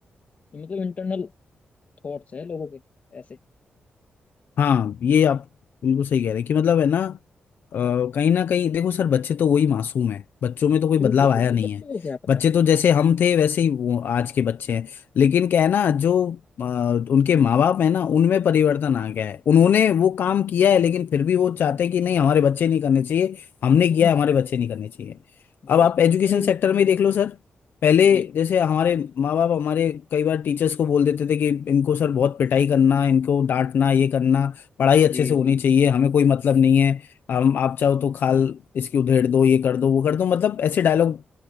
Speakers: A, on the left; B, on the left.
A: ये मतलब इंटरनल थॉट्स है लोगों के ऐसे
B: हाँ ये आप बिल्कुल सही कह रहे हैं कि मतलब है ना अ, कहीं ना कहीं देखो सर बच्चे तो वही मासूम है बच्चों में तो कोई बदलाव
A: बिल्कुल
B: आया
A: बिल्कुल
B: नहीं
A: बच्चों
B: है
A: को क्या पता
B: बच्चे
A: है
B: तो जैसे हम थे वैसे ही वो आज के बच्चे हैं लेकिन क्या है ना जो अ, उनके माँ बाप है ना उनमें परिवर्तन आ गया है उन्होंने वो काम किया है लेकिन फिर भी वो चाहते हैं कि नहीं हमारे बच्चे नहीं करने चाहिए हमने किया
A: हम्म
B: है हमारे बच्चे नहीं करने चाहिए अब
A: बस
B: आप एजुकेशन
A: तो बताओ ये
B: सेक्टर
A: कौन
B: में
A: सा
B: ही देख
A: चीज
B: लो
A: है?
B: सर पहले
A: जी
B: जैसे हमारे माँ बाप हमारे कई बार टीचर्स को बोल देते थे कि इनको सर बहुत पिटाई करना इनको डांटना ये करना पढ़ाई अच्छे
A: जी
B: से होनी
A: जी जी
B: चाहिए
A: बिल्कुल
B: हमें कोई मतलब नहीं है हम आप चाहो तो खाल इसकी उधेड़ दो ये कर दो वो कर दो मतलब ऐसे डायलॉग